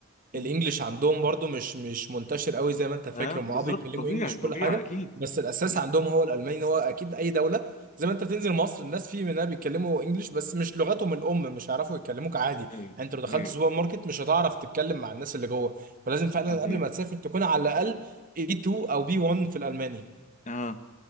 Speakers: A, on the left; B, on the right.
A: مم.
B: الانجليش عندهم برضو مش مش منتشر قوي زي ما انت فاكر
A: اه بالظبط
B: هم اه بيتكلموا
A: طبيعي
B: انجليش
A: طبيعي
B: وكل حاجه
A: اكيد
B: بس الاساس
A: آه،
B: عندهم هو الالماني هو اكيد اي دوله زي ما انت بتنزل مصر الناس في منها بيتكلموا انجليش بس مش لغتهم الام مش هيعرفوا يتكلموك عادي يعني
A: ايوه
B: انت لو دخلت
A: ايوه
B: سوبر
A: ايوه
B: ماركت مش هتعرف تتكلم مع الناس اللي جوه فلازم فعلا
A: صحيح
B: قبل ما تسافر تكون على الاقل A2 او B1 في الالماني
A: اه